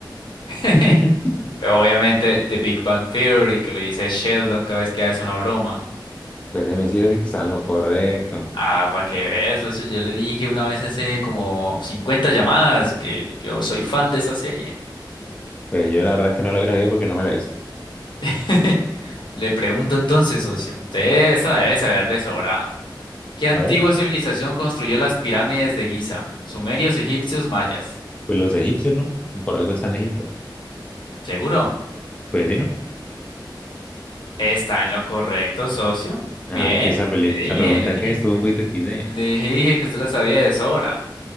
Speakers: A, on the left (about 70°); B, on the left (about 15°).
A: <laughs>
B: <laughs>
A: Pero obviamente, The Big Bang Theory, que lo dice Sheldon cada vez que hace una broma.
B: Pues déjeme decirles que están lo correcto.
A: Ah, para que veas, eso Yo le dije una vez hace como 50 llamadas que yo soy fan de esa serie.
B: Pues yo la verdad es que no lo habría sabido porque no me la he visto.
A: <laughs> Le pregunto entonces, socio. Usted esta la debe saber de sobrado. ¿Qué antigua
B: A ver,
A: civilización construyó las pirámides de Giza? Sumerios, egipcios, mayas.
B: pues los egipcios, ¿no? Por algo están en Egipto.
A: ¿Seguro?
B: Pues sí, ¿no?
A: Está en lo correcto, socio.
B: Ah,
A: Bien.
B: que esa, peli-
A: Le dije,
B: esa pregunta
A: le dije,
B: que estuvo un poquito XD.
A: le dije que usted la sabía de sobra.